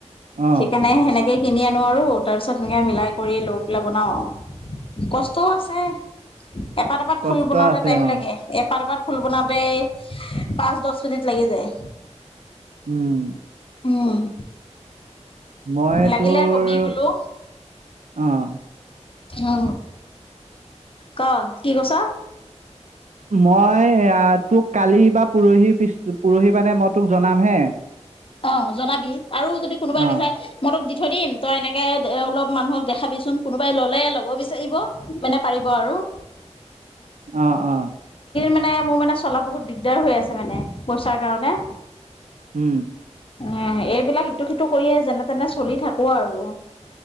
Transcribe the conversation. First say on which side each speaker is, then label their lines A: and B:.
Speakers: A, on the right; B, on the left.
A: অ
B: সেইকাৰণে সেনেকে কিনি আনো আৰু তাৰপিছত সেনেকৈ মিলাই কৰি লৈ পেলাই বনাওঁ। কষ্টও আছে। এপাত এপাত
A: কষ্ট
B: ফুল বনাওঁতে
A: আছে
B: টাইম
A: অ
B: লাগে। এপাত এপাত ফুল বনাওতেই পাঁচ-দছ মিনিট লাগি যায়।
A: উম।
B: উম।
A: মই
B: লাগিলে
A: তোৰ,
B: কবি বোলো
A: অহ
B: অ ক, কি কৈছ?
A: মই সেয়া তোক কালি বা পৰহি পিছ পৰহি মানে মই তোক জনাম হে।
B: অ জনাবি আৰু যদি কোনোবা
A: অ
B: বিচাৰে মই তোক থৈ দিম তই এনেকৈ অলপ মানুহক দেখাবিচোন। কোনোবাই ল'লে ল'ব বিচাৰিব, মানে পাৰিব আৰু।
A: অ। অ।
B: মানে মোৰ মানে চলা বহুত দিগদাৰ হৈ আছে, মানে পইচাৰ কাৰণে।
A: উম।
B: উ এইবিলাক ইটো সিটো কৰিয়ে যেনে তেনে চলি থাকো আৰু।